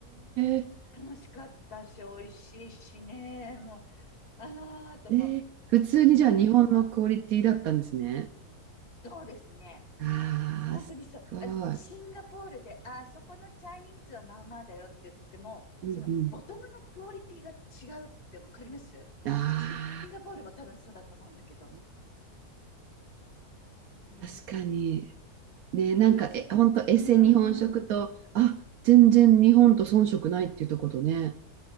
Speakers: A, on the right (about 70°); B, on the left (about 85°).
A: え、
B: 楽しかったし、美味しいしね、もう、あーとも、
A: ええ、普通にじゃあ日本のクオリティだったんですね。
B: あれは、そうですね。
A: ああ、
B: 本当にそう。
A: すごい。
B: あの、シンガポールで、あ、そこのチャイニーズはまあまあだよって言っても、
A: うんうん。
B: そのボトムのクオリティが違うってわかりますシンガポールも多分そうだと思うんだけど。
A: ああ、うん
B: うん。
A: 確かに。ね、なんか、
B: あそこ、
A: え、ほんとエセ日本食と、
B: うんうんうん。
A: あ、全然日本と遜色ないっていうとことね、